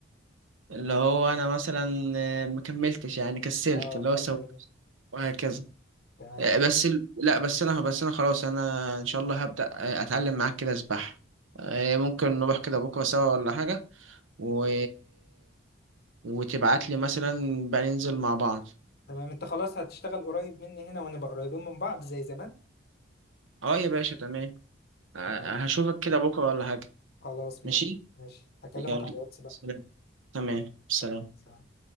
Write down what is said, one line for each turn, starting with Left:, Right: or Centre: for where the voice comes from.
Right: اللي هو انا مثلا آه، ما كملتش يعني كسلت
Left: اه
Right: اللي
Left: اه
Right: هو سو
Left: تمام
Right: وهكذا
Left: تمام
Right: آه، بس ال- لا بس انا بس انا خلاص انا ان شاء الله هبدأ آه، اتعلم معاك كده سباحة آه، ممكن
Left: تمام
Right: نروح كده بكرة سوا ولا حاجة و... وتبعت لي مثلا بقى ننزل مع بعض
Left: تمام. انت خلاص هتشتغل قريب مني هنا ونبقى قريبين من بعض زي زمان؟
Right: اه يا باشا تمام آه،
Left: تمام
Right: هشوفك كده بكرة ولا حاجة
Left: خلاص ماشي
Right: ماشي
Left: ماشي هكلمك
Right: يلا
Left: على الواتس بقى
Right: سلام تمام
Left: سلام
Right: سلام
Left: سلام